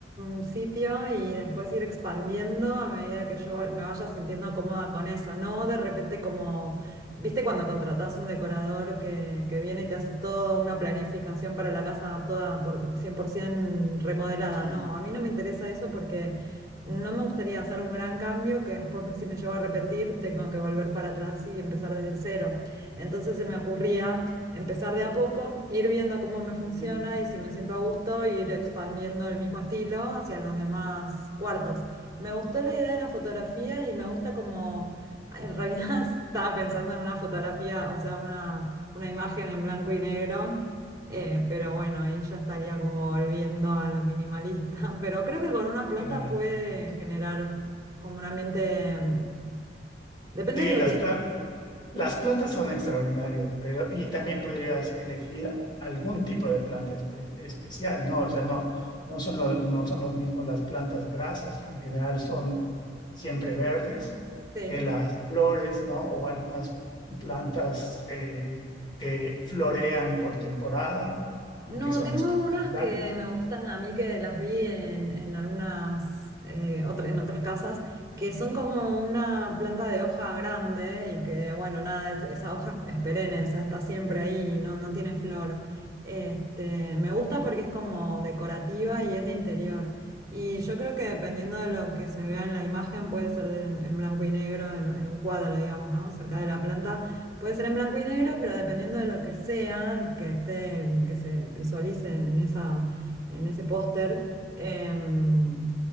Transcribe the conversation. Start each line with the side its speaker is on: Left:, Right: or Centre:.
Right: un sitio y después ir expandiendo a medida que yo va- me vaya sintiendo cómoda con eso, no de repente como, viste cuando contratás un decorador que, que viene y te hace toda una planificación para la casa toda por 100% remodelada,
Left: sí.
Right: no, a mí no me interesa eso porque no me gustaría hacer un gran cambio que después si me llevo a arrepentir tengo que volver para atrás y empezar desde cero. Entonces se me ocurría empezar de a poco, ir viendo cómo me funciona
Left: Ujú,
Right: y si me siento a gusto, ir expandiendo el mismo estilo hacia los demás cuartos. Me gustó la idea de la fotografía y me gusta como, en realidad <laughs> estaba pensando en una fotografía, o sea, una, una imagen en blanco y negro, eh,
Left: ajá,
Right: pero bueno, ahí ya estaría como volviendo a lo minimalista, <laughs> pero creo que con una planta
Left: claro.
Right: puede generar como un ambiente, mm, depende
Left: Sí,
Right: de lo
Left: las
Right: que...
Left: plantas. Las plantas son extraordinarias, pero y también podrías elegir algún tipo de planta espe- especial, ¿no? O sea, no, no son lo- no son los mismos las plantas grasas, que en general son siempre verdes,
Right: Sí.
Left: que las flores, ¿no? O algunas plantas eh, que florean por temporada y
Right: No,
Left: que son
Right: tengo
Left: espectaculares.
Right: unas que me
Left: Entonces,
Right: gustan a mí que las vi en, en algunas eh, otra- en otras casas, que son como una planta de hoja grande y que, bueno, nada, es- esa hoja es, es perenne, o sea, está siempre ahí, y no, no tiene flor. Este, me gusta porque es como decorativa y es de interior. Y yo creo que dependiendo de lo que se vea en la imagen, puede ser de- en blanco y negro, en, en un cuadro, digamos, ¿no? Cerca de la planta. Puede ser en blanco y negro, pero dependiendo de lo que sea, que esté, que se visualice en esa, en ese póster, em,